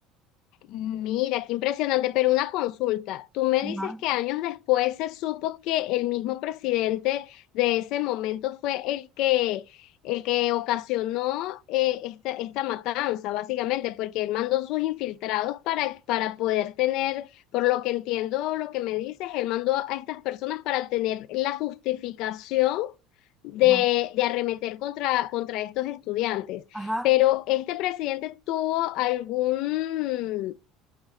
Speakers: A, on the left; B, in the centre.
A: Mira, qué impresionante, pero una consulta. Tú me
B: ajá,
A: dices que años después se supo que el mismo presidente de ese momento fue el que, el que ocasionó eh, esta, esta matanza, básicamente, porque él mandó sus infiltrados para, para poder tener, por lo que entiendo, lo que me dices, él mandó a estas personas para tener la justificación de,
B: ajá,
A: de arremeter contra, contra estos estudiantes.
B: ajá.
A: Pero este presidente tuvo algún,